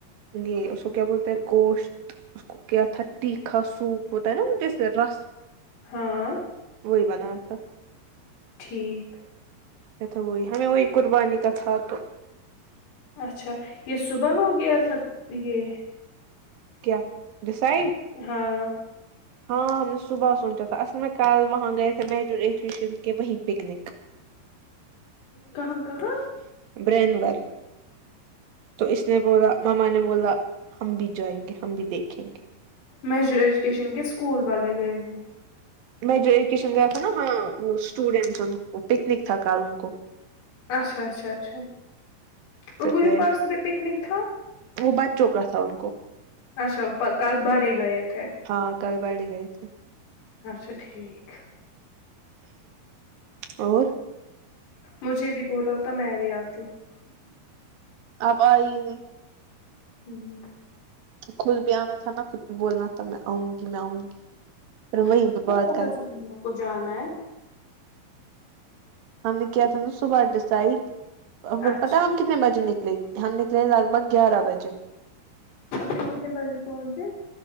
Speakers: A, on the right; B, on the left.
A: یہ اس کو کیا بولتے ہیں گوشت اس کو کیا تھا تیکھا سوپ ہوتا ہے نا وہ جس سے رس
B: ہاں
A: وہی بنایا تھا
B: ٹھیک
A: تو وہی ہمیں وہی قربانی کا تھا تو
B: اچھا یہ صبح ہو گیا تھا پ یہ
A: کیا ڈیسائڈ
B: ہاں
A: ہاں ہم نے صبح سوچا تھا اصل میں کل وہاں گئے تھے مہجورشن کے وہیں پکنک
B: کہاں کہاں
A: برینور تو اس نے بولا مما نے بولا ہم بھی جائیں گے ہم بھی دیکھیں گے
B: میجر ایجوکیشن کے اسکول والے گئے تھے
A: میجر ایجوکیشن گیا تھا نا ہاں وہ اسٹوڈینٹس ان کو پکنک تھا کل ان کو
B: اچھا اچھا اچھا ان
A: پھر
B: کو
A: گئے
B: جو پرسوں بھی پکنک تھا
A: وہ بچوں کا تھا ان کو
B: اچھا پ کل بڑے گئے تھے
A: ہاں کل بڑے گئے تھے
B: اچھا ٹھیک
A: اور
B: مجھے بھی بولا ہوتا میں بھی آتی ہوں ہوں
A: آپ آئی نہیں
B: ہوں
A: خود بھی آنا تھا نا خود بھی بولنا تھا میں آؤں گی میں آؤں گی پھر وہیں
B: مجھے
A: پہ
B: کیا
A: بات
B: پتا
A: کر
B: تھا تم لوگوں کو جانا ہے
A: ہم نے کیا تھا نا صبح ڈسائڈ پھر
B: اچھا
A: پتا ہم کتنے بجے نکلے ہم نکلے لگ بھگ گیارہ بجے
B: پھر کتنے بجے پہنچے